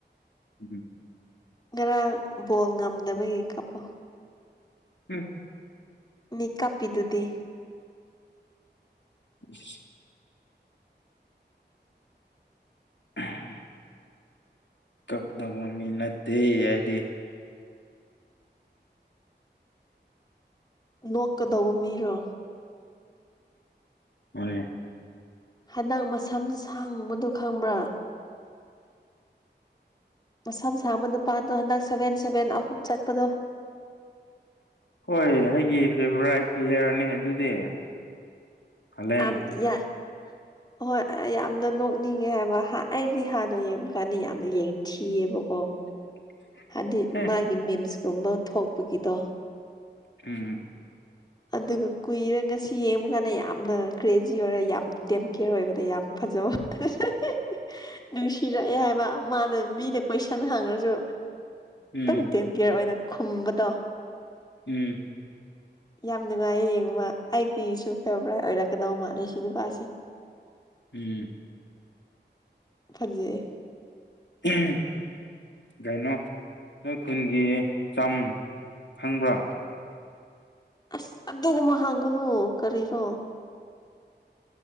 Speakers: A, on the left (about 75°); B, on the left (about 20°).
A: ꯎꯝ
B: ꯉꯔꯥꯡ ꯕꯣꯜ ꯉꯝꯗꯕꯒꯤ ꯀꯞꯄꯣ
A: ꯎꯝ
B: ꯃꯤ ꯀꯞꯄꯤꯗꯨꯗꯤ
A: ꯢꯁ ꯑꯥ ꯀꯞꯗꯕ ꯃꯤ ꯅꯠꯇꯦ ꯑꯩꯗꯤ
B: ꯅꯣꯛꯀꯗꯧꯕ ꯃꯤꯔꯣ
A: ꯍꯣꯏ
B: ꯍꯟꯗꯛ ꯃꯁꯝ ꯁꯥꯡꯕꯗꯣ ꯈꯪꯕ꯭ꯔꯥ ꯃꯁꯝ ꯁꯥꯥꯡꯕ ꯅꯨꯄꯥꯗꯣ ꯍꯟꯗꯛ ꯁꯚꯦꯟ ꯁꯚꯦꯟ ꯑꯍꯨꯝ ꯆꯠꯄꯗꯣ
A: ꯍꯣꯏ ꯑꯩꯒꯤ ꯐꯦꯚꯣꯔꯥꯏꯠ ꯄ꯭ꯂꯦꯌꯔꯅꯦ ꯑꯗꯨꯗꯤ ꯍꯂꯦꯟ
B: ꯑ ꯌꯥꯝ ꯌꯥ
A: <inaudible>
B: ꯑꯍꯣꯏ ꯌꯥꯝꯅ ꯅꯣꯛꯅꯤꯡꯉꯦ ꯍꯥꯏꯕ ꯑꯩꯗꯤ ꯍꯥꯟꯅ ꯌꯦꯡꯕꯀꯥꯟꯗ ꯌꯥꯝꯅ ꯌꯦꯡꯊꯤꯌꯦꯕꯀꯣ
A: <inaudible>
B: ꯍꯥꯏꯗꯤ
A: ꯍꯦ
B: ꯃꯥꯒꯤ ꯃꯤꯝꯁꯀꯨꯝꯕ ꯊꯣꯛꯄꯒꯤꯗꯣ
A: ꯎꯝ
B: ꯑꯗꯨꯒ ꯀꯨꯏꯔ ꯉꯁꯤ ꯌꯦꯡꯕꯀꯥꯟꯗ ꯌꯥꯝꯅ ꯀ꯭ꯔꯦꯖꯤ ꯑꯣꯏꯔ ꯌꯥꯝ ꯗꯦꯝꯀꯤꯌꯔ ꯑꯣꯏꯕꯗ ꯌꯥꯝ ꯐ ꯖꯕ ꯑ ꯍꯦꯍꯦꯍꯦ ꯅꯨꯡꯁꯤꯔꯛꯑꯦ ꯍꯥꯏꯕ ꯃꯥꯅ ꯃꯤꯅ ꯀꯣꯏꯁꯟ ꯍꯪꯔꯁꯨ
A: ꯎꯝ
B: ꯗꯨꯝ ꯗꯦꯝꯀꯦꯌꯔ ꯑꯣꯏꯅ ꯈꯨꯝꯕꯗꯣ
A: ꯎꯝ
B: ꯌꯥꯝ ꯅꯨꯡꯉꯥꯏꯌꯦ ꯌꯦꯡꯕ ꯑꯩꯒꯤꯁꯨ ꯐꯦꯕꯔꯥꯏꯠ ꯑꯣꯏꯔꯛꯀꯗꯧ ꯃꯥꯜꯂꯦ ꯁꯤ ꯅꯨꯄꯥꯁꯦ
A: ꯎꯝ
B: ꯐꯖꯩꯌꯦ
A: ꯎꯝ ꯀꯩꯅꯣ ꯅꯣꯏ ꯈꯨꯟꯒꯤ ꯆꯝ ꯈꯪꯕ꯭ꯔꯥ
B: ꯑꯁ ꯑꯗꯨꯒꯨꯝꯕ ꯍꯪꯒꯅꯨ ꯀꯔꯤꯔꯣ